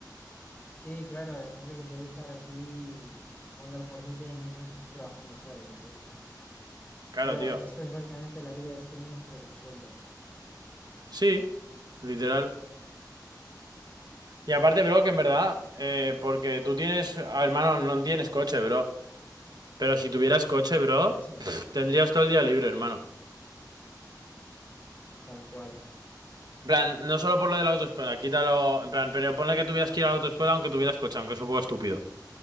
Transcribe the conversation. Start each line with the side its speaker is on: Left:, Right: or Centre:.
Left: Sí, claro, además de que puedo estar aquí jugando al Fortnite mientras que estoy trabajando, ¿sabes? De que...
Right: Claro,
Left: Pero
Right: tío.
Left: esto es básicamente la vida de streamer, pero con sueldo.
Right: Sí, literal. Y aparte, bro, que en verdad, eh, porque tú tienes, ah, hermano, no tienes coche, bro. Pero si tuvieras coche, bro,
Left: Sí,
Right: pf, tendrías todo el día libre, hermano.
Left: tal cual.
Right: En plan, no solo por lo de la autoescuela, quítalo, en plan, pero ponle que tuvieras que ir a la autoescuela aunque tuvieras coche, aunque es un poco estúpido.